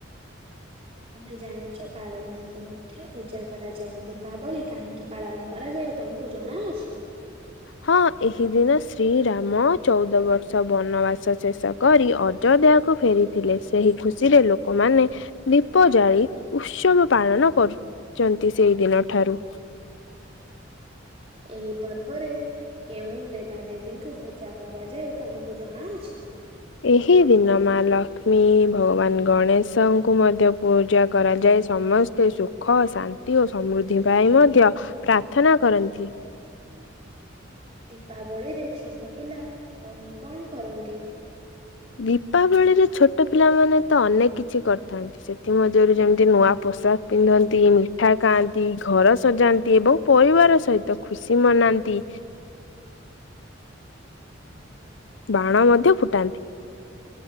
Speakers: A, on the right (about 30°); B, on the left (about 65°).
A: ତମେ ଜାଣିଛ କାଳୀ ମାଙ୍କୁ ମଧ୍ୟ ପୂଜା କରାଯାଏ ଦୀପାବଳି କାହିଁକି ପାଳନ କରାଯାଏ ତମକୁ ଜଣା ଅଛି?
B: ହଁ ଏହି ଦିନ ଶ୍ରୀରାମ ଚଉଦ ବର୍ଷ ବନବାସ ଶେଷ କରି ଅଜଢିୟା କୁ ଫେରିଥିଲେ ସେହି ଖୁସିରେ ଲୋକମାନେ ଦୀପ ଜାଳି ଉତ୍ସବ ପାଳନ କରୁଛନ୍ତି ସେଇ ଦିନ ଠାରୁ।
A: ଏହି ପର୍ବରେ କେଉଁ ଦେବାଦେବୀଙ୍କୁ ପୂଜା କରାଯାଏ ତମକୁ ଜଣାଅଛି?
B: ଏହି ଦିନ ମା ଲକ୍ଷ୍ମୀ ଭଗବାନ ଗଣେଶଙ୍କୁ ମଧ୍ୟ ପୂଜା କରାଯାଏ ସମସ୍ତ ସେ ସୁଖ ଶାନ୍ତି ଓ ସମୃଦ୍ଧି ପାଇଁ ମଧ୍ୟ ପ୍ରାର୍ଥନା କରନ୍ତି।
A: ଦୀପାବଳିରେ ଛୋଟ ପିଲା କଣ କଣ କରନ୍ତି?
B: ଦୀପାବଳିରେ ଛୋଟ ପିଲାମାନୋନେ ତ ଅନେକ କିଛି କରିଥାନ୍ତି। ସେଥିମରୁ ଯେମିତି ନୂଆ ପୋଷାକ ପିନ୍ଧନ୍ତି ମିଠା ଖାଆନ୍ତି ଘର ସଜାନ୍ତି ପରିବାର ସହିତ ଖୁସି ମନାନ୍ତି। ବାଣ ମଧ୍ୟ ଫୁଟାନ୍ତି।